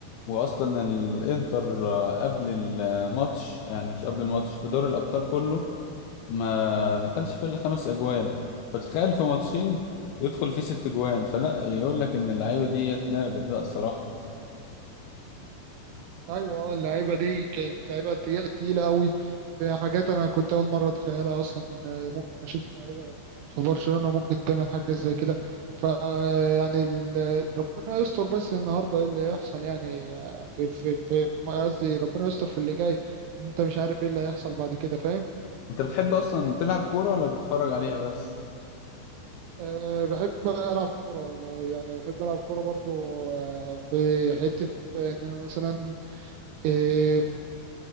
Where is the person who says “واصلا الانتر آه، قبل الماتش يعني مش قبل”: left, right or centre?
Left